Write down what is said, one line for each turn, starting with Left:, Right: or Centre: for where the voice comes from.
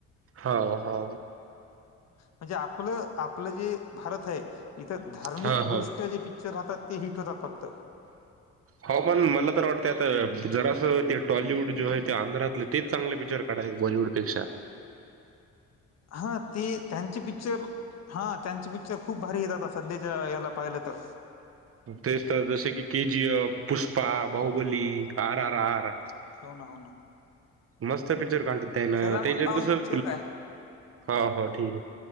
Right: हो हो
Left: म्हणजे आपलं आपलं जे भारत आहे इथं धार्मिक
Right: हा हा
Left: दृष्ट्या ज जे राहतात ते हिट होतात फक्त
Right: हो पण मला तर वाटते आता जरासं ते टॉलिवूड जो आहे ते आंध्रातलं तेच चांगले पिक्चर काढा बॉलिवूड पेक्षा
Left: हा ते त्यांचे पिक्चर हा त्यांचे पिक्चर खूप भारी येतात त्याच्या ह्याला पाहिलं तर
Right: तेच तर जसे की केजीएफ पुष्पा बाहुबली आर आर आर
Left: होन ना
Right: मस्त पिक्चर काढतात त्या ना
Left: चला
Right: त्याच्यात
Left: मग पाहू
Right: कसं
Left: पिक्चर काय
Right: हो हो ठीक आहे